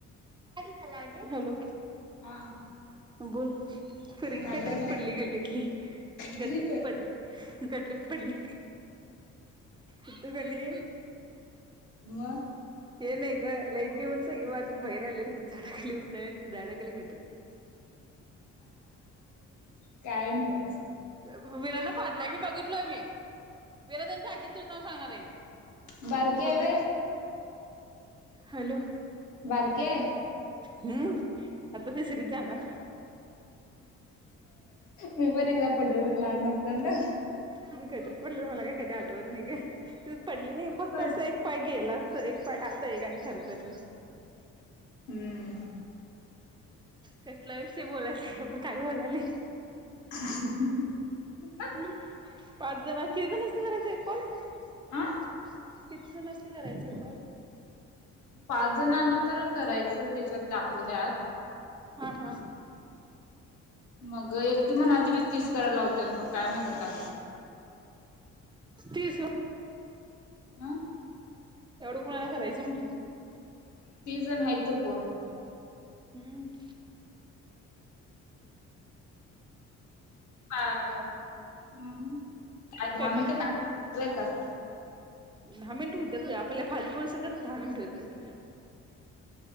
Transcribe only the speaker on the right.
<inaudible> हॅलो
बोल पोरगी
गटरीत
पडली गल्लीतली
गटरीत पडली गटरीत पडली तथ कणी
हे नाही ग लाईट नेऊन सगळी बारक ब बाहेर आले झाडाखाली बसायला आलती झाडा खाली गट
वीरांन पाडलाय मी बघितलोय मी विराजांच्या आजीच नाव सांगणार आहे मी
मी बघितलोय
हॅलो
हम् आता तिसरीत जाणार
मी गटरत पडले मला काय कधी आ वट नाही ग. पडली नाही फक्त
असं एक पाय गेला अस एक पण आता एक आणि खरचटलं.
कसला विषय बोलायचं आहे आपण काय बोलायलोय
हम्म पाच जण किती जण. किती करायचंय कॉल. <inaudible>
किती जणांना करायचंय कॉल.
हा हा.
तीस.
एवढं कुणाला करायचं म्हणलं.
हम्.
स्वयंपाक
तेन.
दहा मिनिट होत्यात ग आपल्याला फालतू बोलस <unintelligible> दहा मिनट होत्यात.